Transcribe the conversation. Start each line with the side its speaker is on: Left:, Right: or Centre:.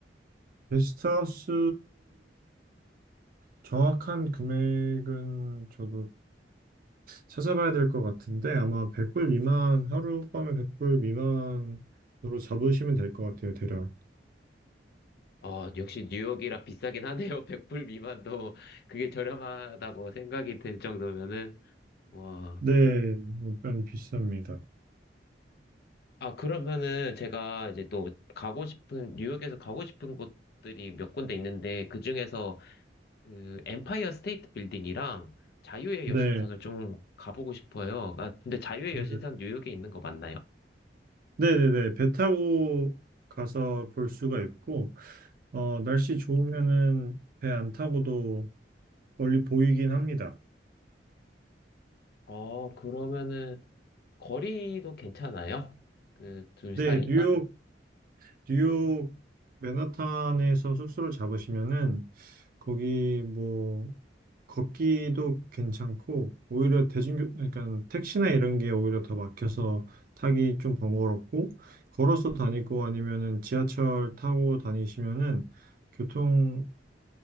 Right: 게스트하우스 정확한 금액은 저도 찾아봐야 될 것 같은데, 아마 100불 미만, 하룻밤에 100불 미만으로 잡으시면 될 것 같아요, 대략.
Left: 어, 역시 뉴욕이라 비싸긴 하네요. <laughs> 100불 미만도 그게 저렴하다고 생각이 들 정도면은, 와.
Right: 네, 일단 비쌉니다.
Left: 아, 그러면은 제가 이제 또 가고 싶은, 뉴욕에서 가고 싶은 곳들이 몇 군데 있는데, 그 중에서 그 엠파이어 스테이트 빌딩이랑 자유의
Right: 네.
Left: 여신상을 좀 가보고 싶어요. 아, 근데 자유의
Right: 그
Left: 여신상 뉴욕에 있는 거 맞나요?
Right: 네네네. 배 타고 가서 볼 수가 있고, 어, 날씨 좋으면은 배 안 타고도 멀리 보이긴 합니다.
Left: 어, 그러면은 거리도 괜찮아요? 그 둘
Right: 네,
Left: 사이가?
Right: 음. 뉴욕, 뉴욕 맨하탄에서 숙소를 잡으시면은 거기 뭐 걷기도 괜찮고, 오히려 대중교, 그러니까 택시나 이런 게 오히려 더 막혀서 타기 좀 번거롭고, 걸어서 다니고 아니면은 지하철 타고 다니시면은 교통